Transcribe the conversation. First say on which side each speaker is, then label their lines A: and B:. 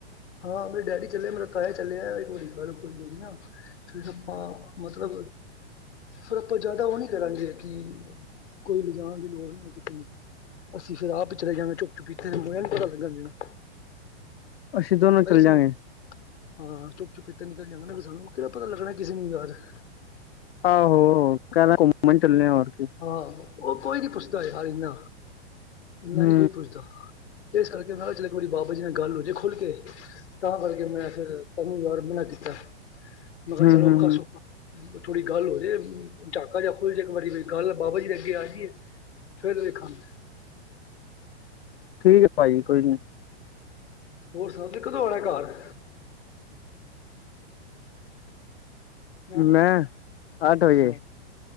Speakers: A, on the left; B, on the left.
A: ਹਾਂ ਮੇਰੇ ਡੈਡੀ ਚੱਲੇ ਮੇਰਾ ਤਾਇਆ ਚੱਲਿਆ ਕੋਈ ਗੱਲ ਕੋਈ ਹੋਈ ਨਾ ਹਾਏ ਰੱਬਾ ਮਤਲਬ ਫਿਰ ਆਪਾਂ ਜ਼ਿਆਦਾ ਉਹ ਨਹੀਂ ਕਰਾਂਗੇ ਕਿ ਕੋਈ ਲਿਜਾਣ ਦੀ ਲੋੜ ਨਹੀਂ <unintelligible>
B: ਅਸੀਂ ਦੋਨੋਂ ਚੱਲ
A: ਇਹੀ ਸਮਝ
B: ਜਾ ਗੇ
A: ਹਾਂ ਚੁੱਪ ਚੁੱਪਤੇ ਨਿਕਲ ਜਾਂਣਾ ਸਾਨੂੰ ਕਿਹੜਾ ਪਤਾ ਲੱਗਣਾ ਕਿਸੇ ਨੂੰ ਜਾ ਰਹੇ <inaudible>
B: ਆਹੋ ਕਹਿ ਰਿਹਾ ਘੁੰਮਣ ਚੱਲੇ ਹੋਰ ਕਿ
A: ਆਹੋ ਉਹ ਕੋਈ ਨੀ ਪੁੱਛਦਾ ਯਾਰ ਇੰਨਾ ਇੰਨਾ
B: ਹੂੰ
A: ਨਈ ਕੋਈ ਪੁੱਛਦਾ। ਇਸ ਕਰਕੇ ਮੈ ਕਿਹਾ ਚਲੋ ਇੱਕ ਵਾਰੀ ਬਾਬਾ ਜੀ ਨਾਲ ਗੱਲ ਹੋ ਜੇ ਖੁੱਲ ਕੇ ਤਾਂ ਕਰਕੇ ਮੈਂ ਫਿਰ ਤੈਨੂੰ ਯਾਰ ਮਨਾ ਕੀਤਾ। ਮੈਂ ਕਿਹਾ
B: ਹੂੰ
A: ਚਲੋ
B: ਹੂੰ
A: ਔਖਾ
B: ਹੂੰ
A: ਸੌਖ ਥੋੜੀ ਗੱਲ ਹੋ ਜਾਏ ਝਾਕਾ ਜਾ ਖੁਲ ਜਾਏ ਇੱਕ ਵਾਰੀ ਗੱਲ ਬਾਬਾ ਜੀ ਅਗੇ ਆ ਗਈ ਏ ਫਿਰ ਵੇਖਾਂਗੇ
B: ਠੀਕ ਹੈ ਭਾਜੀ ਕੋਈ ਨਹੀਂ
A: ਹੋਰ ਸਭ ਨੇ ਕਦੋਂ ਆਣਾ ਘਰ ਹਂ
B: ਮੈਂ ਅੱਠ ਵਜੇ
A: ਹਾਂ